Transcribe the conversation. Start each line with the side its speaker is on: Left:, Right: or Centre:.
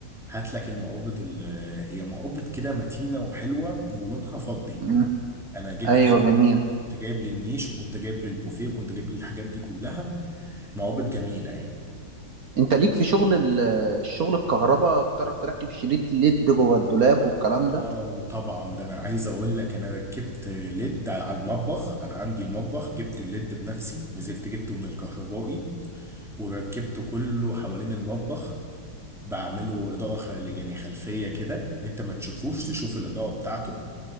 Centre: هات لك المقابض ال- هي مقابض كده متينه وحلوه ولونها فضي
Right: مم.
Centre: انا جبت
Right: ايوه جميل
Centre: كنت جايب للنيش وكنت جايب للبوفيه وكنت جايب للحاجات دي كلها مقابض جميله يعني
Right: انت ليك في شغل ال- الشغل الكهرباء بتعرف تركب شريط ليد جوه الدولاب والكلام ده
Centre: اه طبعا ده انا عايز اقول لك انا ركبت ليد على المطبخ انا عندي المطبخ جبت الليد بنفسي نزلت جبته من الكهربائي وركبته كله حوالين المطبخ بعمله اضاءه خل... يعني خلفيه كده انت ما تشوفوش تشوف الاضاءه بتاعته